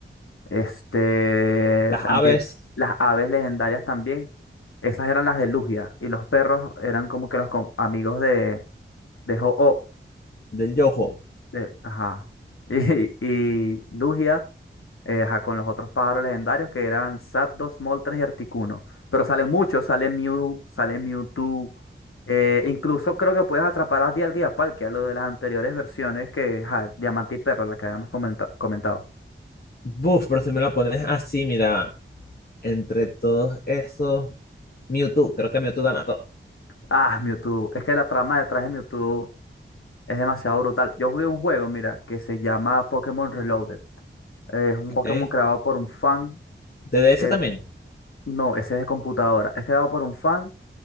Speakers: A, on the left; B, on the left.
A: este,
B: Las
A: también
B: aves
A: las aves legendarias también, esas eran las de Lugia, y los perros eran como que los com- amigos de, de ho
B: del Yoho.
A: de- ajá. <laughs> Y, y Lugia, eh, ajá, con los otros pájaros legendarios que eran Zapdos, Moltres y Articuno. Pero salen muchos, sale Mew, sale Mewtwo. eh, incluso creo que puedes atrapar a Dialga y a Palkia, lo de las anteriores versiones que, ajá, Diamante y Perla, la que habíamos comenta- comentado.
B: Buf, pero si me la pones así, mira. Entre todos esos, Mewtwo, creo que Mewtwo gana todo.
A: Ah, Mewtwo. Es que la trama detrás de Mewtwo es demasiado brutal. Yo jugué un juego, mira, que se llama Pokémon Reloaded. Es un Pokémon
B: ¿ok?
A: creado por un fan.
B: De D S
A: eh,
B: también,
A: no, ese es de computadora. Es creado por un fan